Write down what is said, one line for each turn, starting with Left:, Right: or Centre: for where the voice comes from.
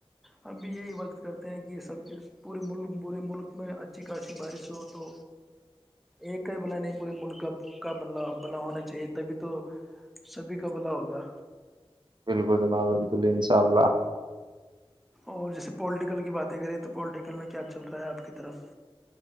Centre: ہمب بھی یہی بات کرتے ہیں کہ سب کے پورے ملک پورے ملک میں اچھی خاصی بارش ہو تو ایک کا ہی بھلا نہیں پورے ملک کا کا بلا بلا ہونا چاہیے تبھی تو سبھی کا بھلا ہوگا
Right: بالکل جناکل انشاء اللہ
Centre: اور جیسے پولیٹیکل کی باتیں کریں تو پویٹیکل میں کیا چل رہا ہے آپ کی طرف